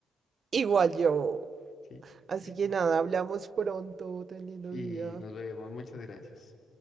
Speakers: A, on the right; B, on the left.
A: igual yo.
B: Sí.
A: Así
B: <laughs>
A: que nada, hablamos pronto. Ten lindo
B: Y
A: día.
B: nos vemos. Muchas gracias.